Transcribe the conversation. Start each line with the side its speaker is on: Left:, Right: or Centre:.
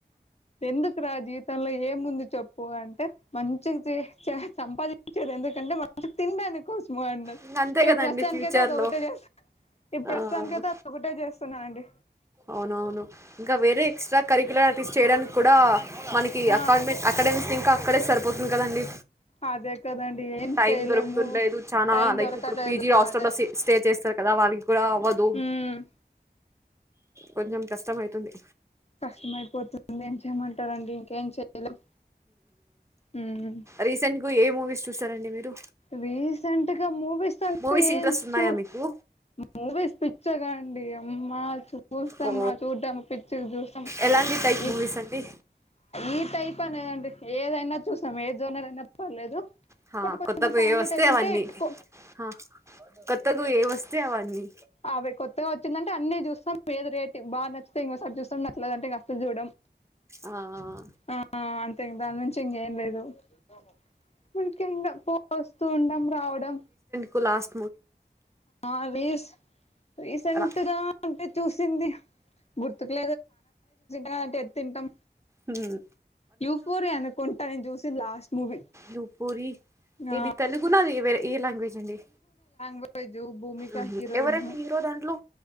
Left: ఎందు రా జీవితంలో ఏముంది చెప్పు అంటే. మంచిగా చీ చా సంపా చేద్ ఎందుకంటే. తిన్డానీ కోసం.
Right: ఇంగ అంతే
Left: ఇప్పుడు
Right: కదండి
Left: ప్రస్తుతానికైతే
Right: ఫ్యూచర్
Left: అది ఒకటే
Right: లో
Left: చేస్తూ ఇప్పుడు ప్రస్తుతానికైతే
Right: ఆ
Left: అది ఒకటే చేస్తున్నా అండి.
Right: అవునవును. ఇంకా వేరే ఎక్స్ట్రా కరికులటీస్ చేయడానికి కూడా మనకి
Left: ఆ
Right: అకాడ అకాడమిక్స్ ఇంకా. అక్కడే సరిపోతుంది కదండి
Left: అదే కదండి ఏం
Right: టైం
Left: చేయలేము
Right: దొరుకుతుండలేదు చానా
Left: టైమ్
Right: లైక్
Left: దొరకలేదు
Right: ఇప్పుడు పీజీ హాస్టల్లో
Left: అదే
Right: స్టే చేస్తారు కదా వాలి కూడా అవ్వదు
Left: ఉమ్,
Right: కొంచం కష్టం అయితుంది
Left: కష్టంమైపోతుంది. ఏం చెయమంటారండి ఇంకేం చేయలేం హ్మ్
Right: రీసెంట్గా ఏ మూవీస్ చూస్తారండి మీరు
Left: రీసెంట్ గా మూవీస్ అంటూ
Right: మూవీస్ ఇంట్రెస్ట్
Left: ఏం
Right: ఉన్నాయా
Left: చూ
Right: మీకు
Left: మూవీస్ పిచ్చగాడి అమ్మ చు చూస్తామా
Right: ఓ
Left: చూద్దాము పిచ్చ చూస్తాం
Right: ఎలాంటి టైప్
Left: ఈ
Right: మూవీస్ అండి
Left: ఈ టై పనిడి ఏదైనా చూస్తాం ఏ జోనర్ నైనా పర్లేదు
Right: హ
Left: బట్ కొంచెం
Right: కొత్తకు
Left: ఫ్యామిలీ
Right: ఏ వస్తే
Left: టైప్
Right: అవన్నీ
Left: ఉంటే ఎక్కువ
Right: ఆ కొత్తకు ఏ వస్తే అవన్నీ
Left: అవే కొత్తగా వచ్చిదంటే అన్ని చూస్తాం ఏ రేట్ బా నచ్చితే ఇంకోకసారి చూస్తా నచ్చలేదు అంటే ఇక అసలు చూడం
Right: ఆ
Left: ఆ అంతే ఇంకా దాని మించి ఇంగే లేదు హలో మనక ఇంగా పో వస్తూండాం రావడం
Right: క్లాస్
Left: ఆవిస్ రీసెంట్
Right: రా
Left: గా అవి చూసింది తిను రా అంటే ఎతింటం
Right: హ్మ్
Left: యుఫోరియా అనుకుంటా నేను చూసి లాస్ట్ మూవీ
Right: యుపోరి
Left: ఆ
Right: ఇది తెలుగునా అది వేరే ఏ లాంగ్వేజ్ అండి
Left: మూవీ జూ భూమిక
Right: ఊహూ
Left: హిరోయిన్
Right: ఎవరండి హీరో దాంట్లో